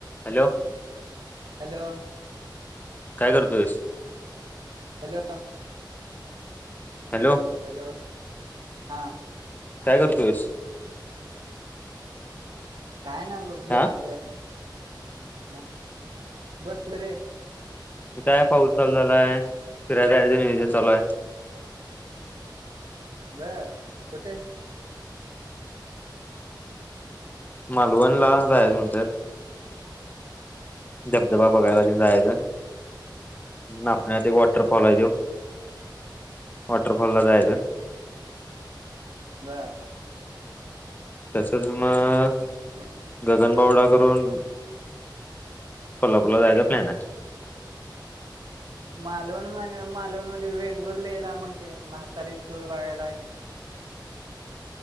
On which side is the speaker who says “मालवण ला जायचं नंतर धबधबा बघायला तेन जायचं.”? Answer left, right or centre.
Left